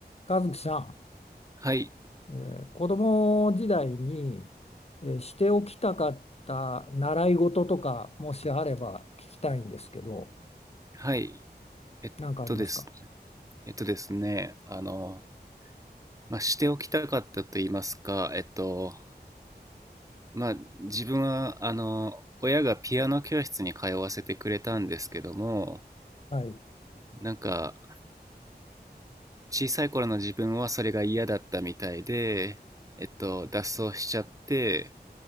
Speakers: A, on the left; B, on the right.
A: 和樹さ
B: はい、
A: ん、えー子供時代に、えーしておきたかった習い事とかもしあれば聞きたいんですけど、
B: はい。えっとです。
A: 何かありますか
B: えっとですね、あの、まあ、しておきたかったと言いますか、えっと、まあ、自分は、あの、親がピアノ教室に通わせてくれたんですけども、
A: はい、
B: なんか、小さい頃の自分はそれが嫌だったみたいで、えっと、脱走しちゃって、